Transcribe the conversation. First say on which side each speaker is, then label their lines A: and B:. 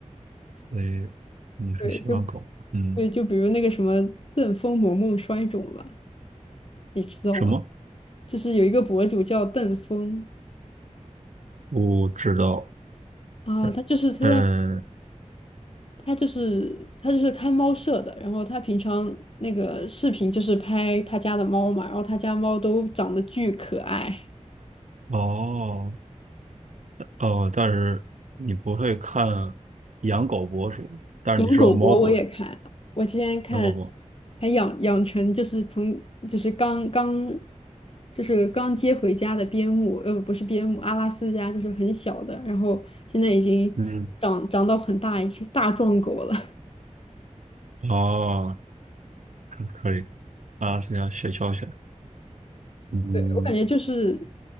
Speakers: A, on the right; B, on the left.
A: 所以你是喜欢狗？
B: 对，就
A: 嗯，
B: 对，就比如那个什么邓峰萌萌摔肿了，你知道吗？
A: 什么？
B: 就是有一个博主叫邓峰
A: 不知道。
B: 啊，
A: 呃
B: 他就是他在
A: 嗯，
B: 他就是他就是开猫舍的，然后他平常那个视频就是拍他家的猫嘛，然后他家猫都长得巨可爱。
A: 哦哦，但是你不会看养狗博主，但是你知道猫博主，
B: 养狗博我也看，我之前看
A: 养狗博主。
B: 还养养成就是从就是刚刚就是刚接回家的边牧，呃，不是边牧，阿拉斯加就是很小的，然后现在已经长长到很大一只大壮狗了。
A: 嗯，哦，可以啊，是要学教学。嗯
B: 我感觉就是